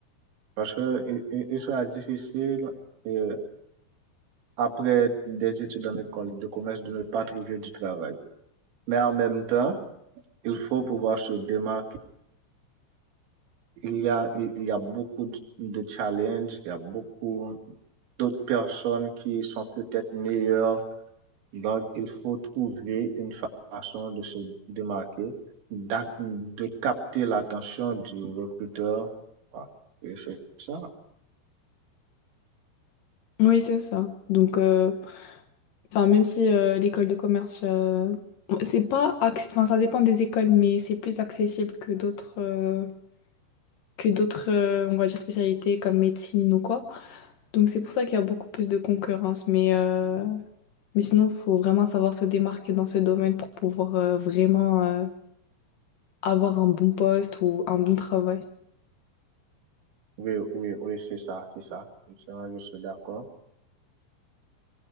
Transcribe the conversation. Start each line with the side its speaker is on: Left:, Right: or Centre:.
Right: Parce que il, il- il sera difficile, euh, après des études en école de commerce de ne pas trouver du travail. Mais en même temps, il faut pouvoir se démarquer. Il y a, il il y a beaucoup de de challenges, il y a beaucoup d'autres personnes qui sont peut-être meilleures. Donc, il faut trouver une façon de se démarquer, d'ac- de capter l'attention du recruteur. Voilà. Oui, c'est ça.
Left: oui, c'est ça. Donc, euh, enfin, même si euh, l'école de commerce, euh, c'est pas, acc- enfin, ça dépend des écoles, mais c'est plus accessible que d'autres, euh, que d'autres, euh, on va dire, spécialités comme médecine ou quoi. Donc c'est pour ça qu'il y a beaucoup plus de concurrence. Mais, euh, mais sinon, il faut vraiment savoir se démarquer dans ce domaine pour pouvoir euh, vraiment euh, avoir un bon poste ou un bon travail.
Right: Oui, oui, oui, c'est ça, c'est ça. justement je suis d'accord.